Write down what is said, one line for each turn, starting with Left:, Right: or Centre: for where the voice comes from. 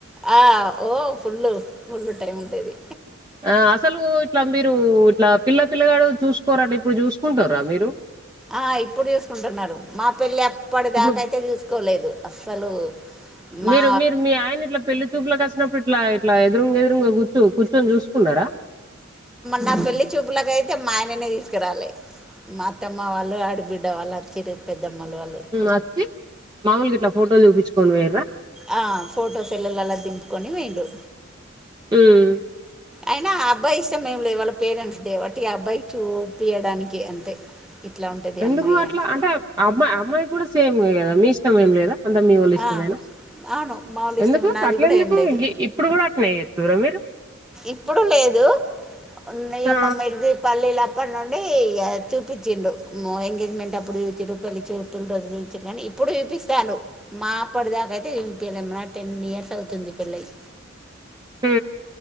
Centre: ఆ ఓ ఫుల్ ఫుల్ టైం ఉంటది.
Right: ఆ అసలు ఇట్లా మీరు ఇట్లా పిల్ల పిల్లగాడు చూసుకోరండి ఇప్పుడు చూసుకుంటుంర్రా మీరు.
Centre: ఆ ఇప్పుడు చూసుకుంటున్నరు. మా పెళ్ళి అప్పటి
Right: ఇప్పుడు
Centre: దాకాయితే చూసుకోలేదు అస్సలు మా
Right: మీరు మీరు మీ ఆయనని ఇట్లా పెళ్లి చూపులకి అచ్చినప్పుడు ఇట్లా ఇట్లా ఎదురుంగా ఎదురుంగా కూచు కూచోని చూసుకున్నరా.
Centre: నా పెళ్లి చూపులకయితే మా ఆయననే తీసుకురాలే. మా అతమ్మ వాళ్ళు, ఆడబిడ్డ వాళ్ళు అచ్చింర్రు పెద్దమ్మలు ఆళ్
Right: అచ్చి మామూలుగా ఇట్లా ఫోటోలు చూపించుకొని పోయిర్రా.
Centre: ఆ ఫొటో సెల్లులల్లా దింపుకొని పొయింర్రు.
Right: పోయిర్రా
Centre: అయినా ఆ అబ్బాయి ఇష్టం ఏం లేదు, వాళ్ళ పేరెంట్స్ దే వట్టి ఆ అబ్బాయి చూపియడానికి అంతే. ఇట్ల ఉంటది.
Right: ఎందుకు
Centre: అమ్మాయి
Right: అట్లా
Centre: అని
Right: అంటే అమ్మాయి అమ్మాయి కూడా సేమ్ కదా మీ ఇష్టం ఏం లేదా అంత మీ వోల్ల ఇష్టమేనా.
Centre: ఆ అవును మాములు ఇష్టం
Right: ఎందుకు
Centre: నాది
Right: అట్ల
Centre: కూడా
Right: ఎందుకు
Centre: ఏం లేదు
Right: ఇ ఇప్పుడు కూడా అట్నే చెత్తుర్రా మీరు.
Centre: ఇప్పుడు లేదు, నెయ్యమ్మ
Right: ఆ
Centre: మరిది పల్లీల అప్పటి నుండి ఇగ చూపించిండు మా ఎంగేజ్మెంట్ అప్పుడు చూయించిర్రు పెళ్ళి చూ పులు రోజు చూయించ్చిర్రు కానీ ఇప్పుడు చూపిస్తాంర్రు. మా అప్పటి దాకయితే చూపియలే మాది టెన్ ఇయర్స్ అవుతుంది పెళ్ళయి.
Right: హ్